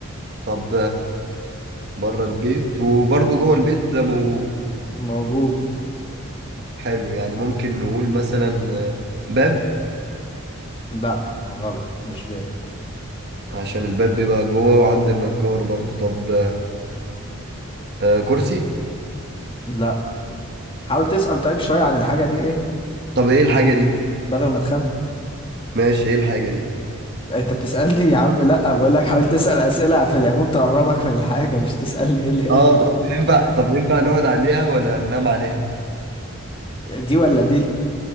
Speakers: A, on the right (about 45°); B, on the left (about 25°).
A: طب بره البيت وبرضه جوه البيت ده موجود
B: موجود
A: حلو يعني ممكن نقول مثلا آه، باب
B: لا غلط مش باب
A: عشان الباب بيبقى جوه وعند النجار برضو طب آه كرسي
B: لا حاول تسأل طيب شوية عن الحاجة دي ايه
A: طب ايه الحاجة دي
B: بدل ما تخمن
A: ماشي ايه الحاجة دي
B: انت بتسألني يا عم لا بقول لك حاول تسأل أسئلة في العموم تقربك من الحاجة مش تسألني ايه اللي هي
A: اه طب ينفع طب ينفع نقعد عليها ولا ننام عليها
B: دي ولا دي